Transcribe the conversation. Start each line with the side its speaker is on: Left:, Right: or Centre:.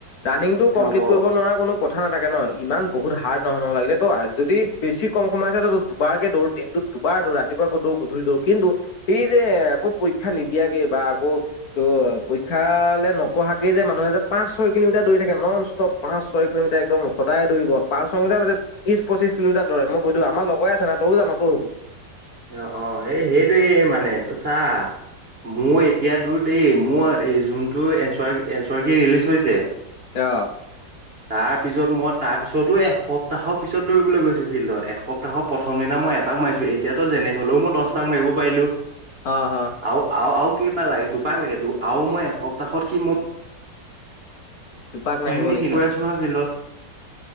Left: ৰাণিংটো কমপ্লিট
Right: অ', ক।
Left: কৰিব নোৱাৰা কোনো কথা নাথাকে ন ইমান বহুত হাৰ্ড নহয়হ লাগিলে ত যদি বেছি কম সময় আছে ত দুবাৰকে দৌৰ দিনটোত দুবাৰ দৌ ৰাতিপুৱা গৌ গধূি দৌৰ কিন্তু এই যে আকৌ পৰীক্ষা নিদিয়াকে বা আকৌ ত পৰীক্ষালে নপঢ়াকে যে মানুহ পাঁচ ছয়িলমিটাৰ দৰি থাকে নন ষ্টপ পাঁচ ছয় কিলোমিটাৰ একদম সদায় দৌৰি পাঁচ ছয় মিটাৰ বিশ পঁচিশ কিলোমিটাৰ দৰে মই বুধো আমাৰ লগৰে আছে ন তয় জানো তই হব
Right: অ অ এই সেইটোয়ে মানে তোৰ চাহ মোৰ এতিয়া দু দেই মোৰ যোনটো এ এচৰ কি ৰিলিজ হৈছে
Left: অ
Right: তাৰপিছত মই তাৰপিছতো এসপ্তাহৰ পিছত দৌৰিলৈ গৈছোঁ ফিল্ডত এসপ্তাহৰ প্ৰথম দিনা মই এপাক মাৰিছোঁ এতিয়াতো যেনে হলেও মই দহপাক মাৰিব পাৰিলো
Left: অ অ
Right: আৰু কেইপাল লাগে দুপাক লাগে আৰু মই এসপ্তাহত কি মই
Left: দুপাক নাহিব
Right: নোৱাৰিম নে
Left: নেকি
Right: কি আছো নহয় ফিল্ডত